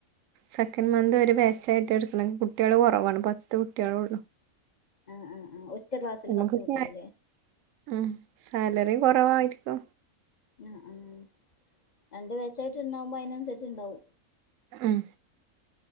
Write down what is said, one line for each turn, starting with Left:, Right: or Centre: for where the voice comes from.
Right: സെക്കൻഡ് മന്ത് ഒര് ബേച്ചായിട്ടാ എട്ക്ക്ണെ കുട്ട്യേള് കൊറവാണ് പത്ത് കുട്ട്യേളോള്ളു
Left: ആഹ് ആഹ് ആഹ് ഒറ്റ ക്ലാസില്
Right: നമുക്ക്
Left: പത്ത് കുട്ട്യേള്ലേ
Right: സാ- ഉം സാലറിയും കുറവാ ഇപ്പൊ
Left: ആഹ് ആഹ് രണ്ട് വെച്ചായിട്ട് ഉണ്ടാവുമ്പോൾ അതിനനുസരിച്ച് ഉണ്ടാവും
Right: ഉം